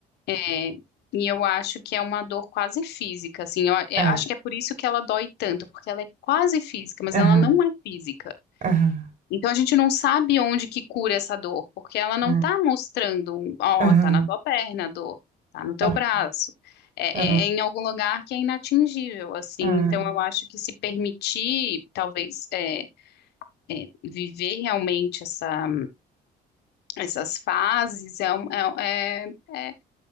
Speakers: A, on the left (about 75°); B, on the right (about 45°).
A: É, E eu acho que é uma dor quase física, assim. Eu, a- eu
B: É,
A: acho que é por isso que ela dói tanto, porque ela é quase física, mas
B: aham,
A: ela não é física.
B: aham,
A: Então a gente não sabe onde que cura essa dor, porque ela não
B: aham,
A: tá mostrando, um, ó,
B: aham,
A: tá na tua perna a dor, tá no teu
B: aham,
A: braço. É,
B: aham,
A: é é em algum lugar que é inatingível, assim.
B: aham,
A: Então eu acho que se permitir, talvez, é, é, viver realmente essa, essas fases é, um- é, é- é